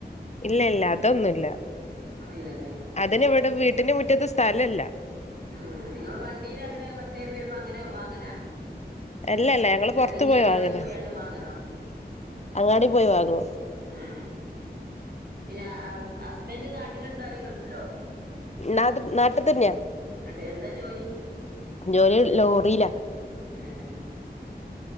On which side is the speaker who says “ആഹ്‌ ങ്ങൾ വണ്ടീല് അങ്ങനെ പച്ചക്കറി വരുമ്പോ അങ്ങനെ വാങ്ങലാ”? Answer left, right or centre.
Right